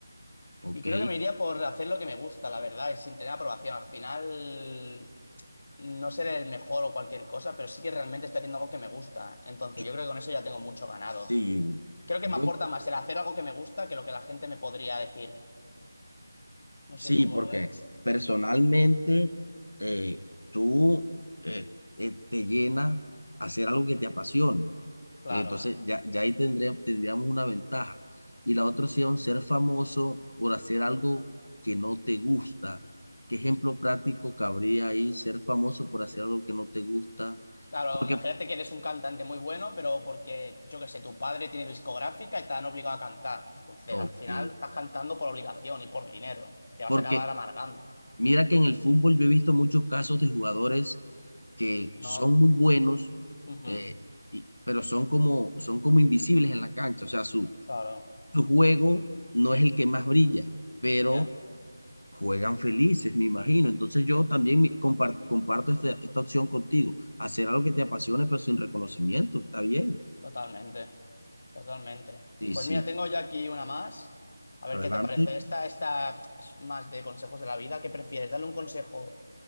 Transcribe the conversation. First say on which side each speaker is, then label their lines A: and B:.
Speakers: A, on the left; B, on the left.
A: ok.
B: Y creo que me iría por hacer lo que me gusta, la verdad, y sin tener aprobación. Al final, no seré el mejor o cualquier cosa, pero sí que realmente estoy haciendo algo que me gusta. Entonces,
A: Yo-
B: yo creo que con eso ya tengo mucho ganado.
A: sí,
B: Creo que
A: yo
B: me aporta más el hacer algo que me gusta que lo que la gente me podría decir. No
A: sí,
B: sé tú cómo
A: porque
B: lo ves.
A: personalmente eh, tú eh, eh, te llena hacer algo que te apasione.
B: Claro.
A: Eh, Entonces ya, ya ahí tendré- tendríamos una ventaja. Y la otra opción, ser famoso por hacer algo que no te gusta. ¿Qué ejemplo práctico cabría ahí? Ser famoso por hacer algo que no te gusta.
B: Claro,
A: Porque,
B: imagínate que eres un cantante muy bueno, pero porque, yo qué sé, tu padre tiene discográfica y te han obligado a cantar. Entonces,
A: ok,
B: al final estás cantando por obligación y por dinero. Te vas
A: porque
B: a acabar amargando.
A: mira que en el fútbol yo he visto muchos casos de jugadores que
B: No.
A: son muy buenos,
B: Ujú.
A: eh, y- pero son como, son como invisibles en la cancha. O sea, su,
B: Claro,
A: su juego no es el que más brilla, pero
B: ya,
A: juegan felices, me imagino. Entonces yo también mi- compar- comparto esta, esta opción contigo. Hacer algo que te apasione, pero sin reconocimiento. Está bien.
B: totalmente, totalmente.
A: Sí,
B: Pues
A: sí.
B: mira, tengo ya aquí una más. A ver
A: Adelante.
B: qué te parece. Esta, esta es más de consejos de la vida. ¿Qué prefieres? ¿Darle un consejo